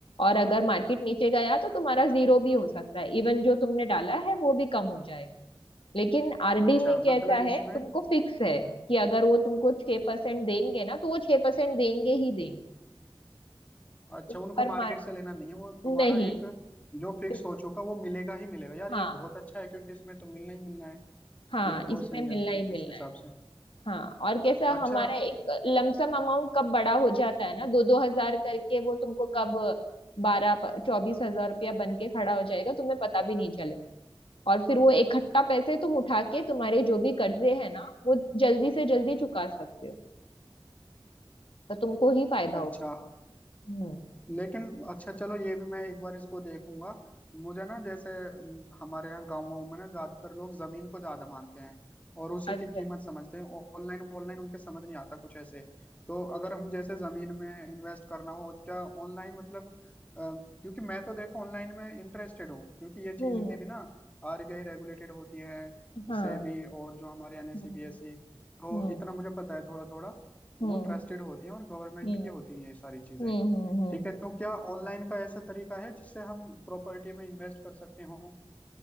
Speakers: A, on the left; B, on the left.
A: और अगर मार्केट नीचे गया तो तुम्हारा जीरो भी हो सकता है इवन जो तुमने डाला है वो भी कम हो जाएगा लेकिन आरडी
B: अच्छा
A: में कैसा
B: मतलब इसमें
A: है तुमको फिक्स है कि अगर वो तुमको छह परसेंट देंगे ना तो वो छह परसेंट देंगे ही देंगे
B: अच्छा
A: ऊपर
B: उनको मार्केट
A: मार
B: से लेना नहीं है वो तुम्हारा
A: नहीं
B: एक जो फिक्स
A: बिल्कुल,
B: हो चुका वो मिलेगा ही मिलेगा यार
A: हाँ
B: ये बहुत अच्छा है क्योंकि इसमें तो मिलना ही मिलना है
A: हाँ
B: ये
A: इसमें
B: बहुत सही
A: मिलना
B: है उ-
A: ही मिलना
B: उस हिसाब
A: है
B: से
A: हाँ और कैसा
B: अच्छा
A: हमारा एक लमसम अमाउंट कब बड़ा हो जाता है ना दो दो हजार करके वो तुमको कब बारह चौबीस हजार रुपया बन के खड़ा हो जाएगा तुम्हें पता भी नहीं चलेगा और फिर वो इकट्ठा पैसे तुम उठा के तुम्हारे जो भी कर्जे है ना वो जल्दी से जल्दी चुका सकते हो तो तुमको ही फायदा होगा
B: अच्छा
A: हम्म
B: लेकिन अच्छा चलो ये भी मैं एक बार इसको देखूंगा मुझे ना जैसे अम, हमारे यहाँ गाँव वाँव में ना ज्यादातर लोग जमीन को ज्यादा मानते हैं और उसी
A: अच्छा
B: की कीमत समझते हैं ऑनलाइन ऑनलाइन उनके समझ नहीं आता कुछ ऐसे तो अगर हम जैसे जमीन में इन्वेस्ट करना हो तो क्या ऑनलाइन मतलब अ, क्योंकि मैं तो देखो ऑनलाइन में इंटरेस्टेड हूँ क्योंकि ये चीजें
A: हम्म
B: भी ना आरबीआई रेगुलेटेड होती हैं
A: हाँ
B: सेबी और जो हमारे एनएसीबीएसई
A: हम्म
B: तो
A: हम्म
B: इतना मुझे पता है थोड़ा थोड़ा वो
A: हम्म
B: ट्रस्टेड होती हैं और गवर्नमेंट
A: हम्म
B: की होती हैं ये सारी चीजें
A: हम्म हम्म हम्म,
B: ठीक है तो क्या ऑनलाइन का ऐसा तरीका है जिससे हम प्रॉपर्टी में इन्वेस्ट कर सकते हो